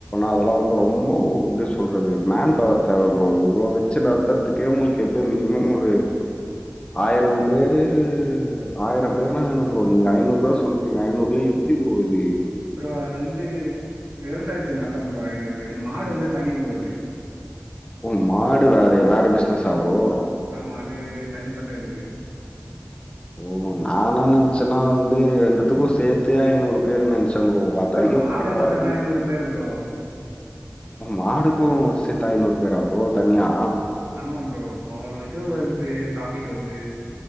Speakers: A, on the left; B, on the right.
A: அதெல்லாம் வந்து ரொம்ப எப்டி சொல்றது மேன் பவர் தேவைப்போ இவ்வளோ வச்சு நட்த்தறதுக்கே உங்களுக்கு எப்டியு மினிமம் ஒரு ஆயிரம் பேரு ஆயிரம் பேர்னா வேணும் ப்ரோ ப்ரோ நீங்க ஐநூறு சொல்லறீங்க நூறுல எப்டி ப்ரோ வருது
B: அப்புறம் அது வந்து விவசாயத்துக்கு மட்டும் ப்ரோ ஐநூறுபா இது மாடு வந்து தண்ணி ப்ரோ
A: ஓ மாடு வேற வேற பிசினஸ்ஸா ப்ரோ
B: ஆமா அது தனிப்பட்ட இது
A: ஓ நான்னா நினைச்சேன்னா வந்து ரெண்டுத்துக்கும் சேத்தே ஐநூறு பேர் நினச்சேன் ப்ரோ அத்தா எப்ட்ரா
B: மாடு மட்டுமே
A: ரெண்டுக்
B: ஐநூறு பேரு ப்ரோ
A: மாடுக்கும் ஸ் சேத்து ஐநூறு பேரா ப்ரோ தனியா
B: ஆ ஆமா ப்ரோ அவ்ளோ இது வருது ப்ராபிட் வருது